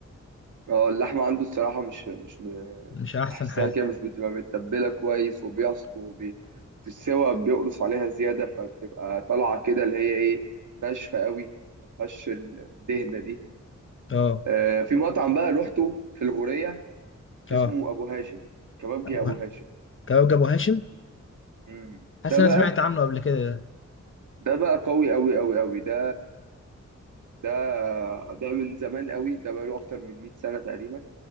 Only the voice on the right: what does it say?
اه اللحمة عنده الصراحة مش مش م...
بحسها
كده مش بتبقى متبلة كويس وبيعص وبي... في السوا بيقرص عليها زيادة فبتبقى طالعة كده اللي هي ايه ناشفة قوي مفيهاش الدهنة دي
آه في مطعم بقى روحته في الغورية
اسمه أبو هاشم كبابجي
أبو هاشم
مم.
ده
بقى
ده بقى قوي قوي قوي قوي ده ده ده من زمان قوي ده بقى له أكتر من 100 سنة تقريبا